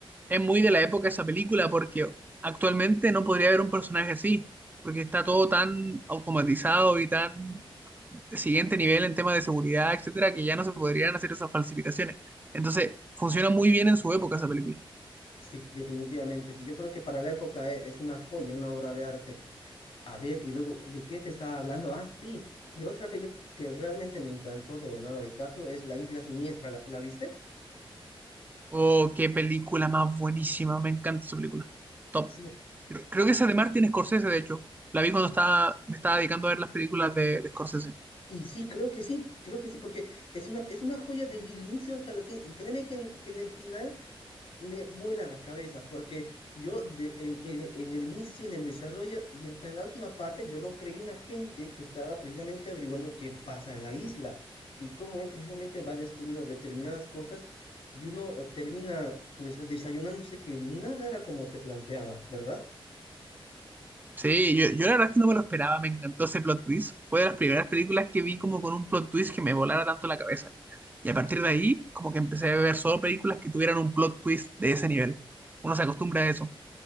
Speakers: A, on the right; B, on the left.
A: Es muy de la época esa película porque actualmente no podría haber un personaje así, porque está todo tan automatizado y tan de siguiente nivel en temas de seguridad, etcétera, que ya no se podrían hacer esas falsificaciones. Entonces, funciona muy bien en su época esa película.
B: Sí, definitivamente, sí. Yo creo que para la época e- es una joya, una obra de arte. A ver, y luego, ¿de qué te estaba hablando? Ah, sí, de otra película que realmente me encantó de Leonardo DiCaprio, es La Isla Siniestra. ¿La, la viste?
A: Oh, qué película más buenísima, me encanta esa película. Top.
B: Oh, Sí,
A: Creo, creo que esa de Martin Scorsese, de hecho. La vi cuando
B: sí.
A: estaba, me estaba dedicando a ver las películas de, de Scorsese.
B: Y sí, creo que sí, creo que sí, porque es una, es una joya desde el inicio hasta el fin. Y créeme que en, que en el final me vuela la cabeza porque yo de- en, en- en el inicio, en el desarrollo y hasta en la última parte, yo lo creí un agente que estaba precisamente averiguando qué pasa en la isla y cómo él precisamente va descubriendo determinadas cosas y uno termina pues desayunándose que nada era como se planteaba, ¿verdad?
A: Sí, yo, yo la verdad es que no me lo esperaba, me encantó ese plot twist. Fue de las primeras películas que vi como con un plot twist que me volara tanto la cabeza. Y a partir de ahí, como que empecé a ver solo películas que tuvieran un plot twist de ese nivel. Uno se acostumbra a eso.